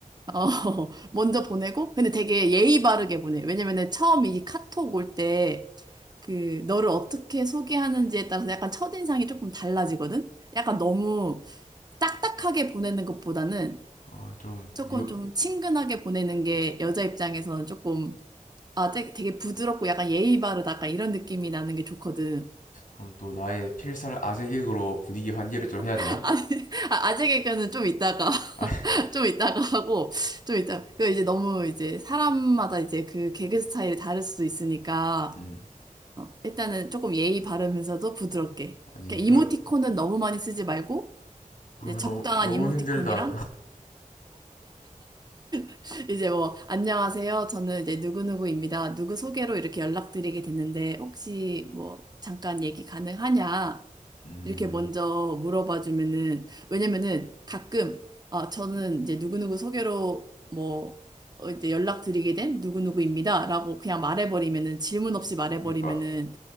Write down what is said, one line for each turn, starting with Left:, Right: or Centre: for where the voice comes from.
Right: 어, <laughs> 먼저 보내고, 근데 되게 예의 바르게 보내. 왜냐면은 처음 이 카톡 올 때, 그, 너를 어떻게 소개하는지에 따라서 약간 첫인상이 조금 달라지거든? 약간 너무 딱딱하게 보내는 것보다는
Left: 어좀유어
Right: 조금 좀 친근하게 보내는 게 여자 입장에서는 조금, 아, 되게, 되게 부드럽고 약간 예의 바르다. 약간 이런 느낌이 나는 게 좋거든.
Left: 그럼 또 나의 필살 아재객으로 분위기 환기를 좀 해야
Right: <laughs>
Left: 되나?
Right: 아, 아재 개그는 좀 이따가,
Left: 아니
Right: <laughs> 좀 이따가 하고, 좀 이따, 그 이제 너무 이제 사람마다 이제 그 개그 스타일이 다를 수도 있으니까,
Left: 음
Right: 어, 일단은 조금 예의 바르면서도 부드럽게.
Left: 아니
Right: 그러니까
Left: 그아
Right: 이모티콘은 너무 많이 쓰지 말고, 이제 적당한
Left: 너무 너무
Right: 이모티콘이랑,
Left: 힘들다
Right: <laughs> 이제 뭐, 안녕하세요. 저는 이제 누구누구입니다. 누구 소개로 이렇게 연락드리게 됐는데, 혹시 뭐, 잠깐 얘기 가능하냐?
Left: 음
Right: 이렇게 먼저 물어봐 주면은 왜냐면은 가끔 아 저는 이제 누구누구 소개로 뭐 어, 이제 연락드리게 된 누구누구입니다라고 그냥 말해버리면은 질문 없이 말해버리면은
Left: 그러니까